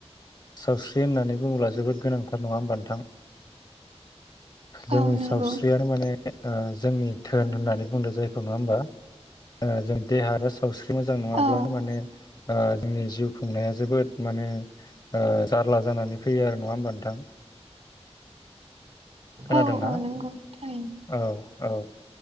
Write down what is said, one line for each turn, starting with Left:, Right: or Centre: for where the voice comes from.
Left: सावस्रि होननानै बुंङोब्ला जोबोद गोनांथार नंङा होमबा नोंथां जोंनि
Right: औ नंगौ
Left: सावस्रियानो माने ओ जोंनि धोन होननानै बुंदों जायखौ नंङा होमबा ओ जों देहा आरो सावस्रि मोजां नंङाब्लानो
Right: औ
Left: माने ओ जोंनि जिउ खुंनाया जोबोद माने ओ जारला जानानै फैयो आरो नंङा होमबा नोंथां <inaudible> खोनादोंना
Right: औ औ नंगौ थारै
Left: औ औ ओ